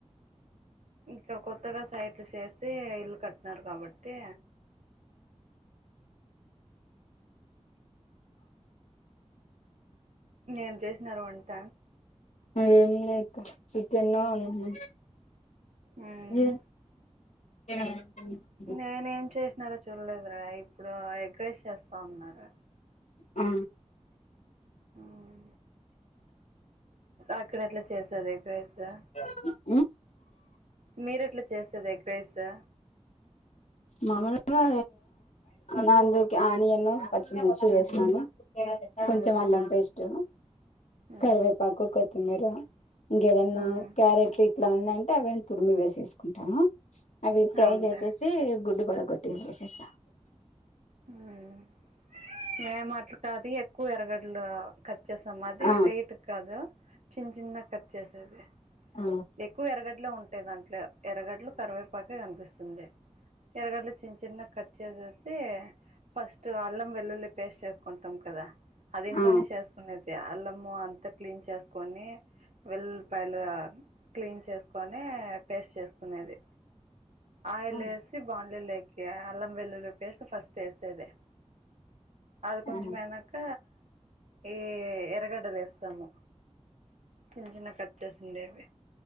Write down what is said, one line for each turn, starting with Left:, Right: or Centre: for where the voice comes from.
Right: ఇక్కడ కొత్తగ సైట్లు చేసి ఇల్లు కట్టిన్నారు కాబట్టి ఏం చేసినరు వంట
Left: ఏమ్లే అక్క చికెను <unintelligible>
Right: మ్మ్.
Left: ఏ <unintelligible>
Right: నేనే ఏం చేసినారో చూడలేదురా ఇప్పుడు ఎగ్రైస్ చేస్త ఉన్నారు
Left: ఆ
Right: మ్మ్. అక్కడ ఎట్ల చేసేది ఎగ్రైస్ ఆ
Left: <unintelligible>
Right: మీరు ఎట్ల చేసేది ఎగ్రైసు
Left: మమ్మల్గా దాంట్లోకి అనియను పచ్చి మిర్చి వేస్తాను
Right: మ్మ్.
Left: కొంచెం అల్లం పేస్ట్
Right: మ్మ్.
Left: కరివేపాకు కొత్తిమీర ఇంకేదన్న
Right: మ్మ్.
Left: క్యారెట్లు ఇట్ల ఉంద అంటె అవి ఎం తురిమి వేసేసుకుంటాము అవి ఫ్రై
Right: అవునులే
Left: చేసేసి గుడ్డు బాగల్గొట్టి ఏసేస్త
Right: హ్మ్ మేం అట్లాకాదు ఎక్కువ ఎరగడ్లు కట్ చేసాం అది
Left: ఆ
Right: స్ట్రైట్ కాదు చిన్న చిన్నగా కట్ చేసేది
Left: ఆ
Right: ఎక్కువ ఎరగడ్లే ఉంటాయ్ దాంట్లో ఎరగడ్లు కరివేపాకే కనిపిస్తుంది ఎరగడ్లు చిన్న చిన్నగ కట్ చేసేసి ఫస్ట్ అల్లం వెల్లులి పేస్ట్ చేసుకుంటాం కదా అది ఇంట్లోనే
Left: ఆ
Right: చేసుకునేది అల్లము అంతా క్లీన్ చ కొని వెల్ఉల్పాయిలు క్లీన్ చేసుకొని పేస్ట్ చేసుకునేది ఆయిలు
Left: ఆ
Right: <unintelligible> అల్లం వెల్లుల్లి పేస్ట్ ఫస్ట్ ఏసేది అది కొంచం
Left: ఉమ్,
Right: అయినాక ఈ ఎరగడ్డలు ఎస్తము చిన్న చిన్నగ కట్ చేసిండేవి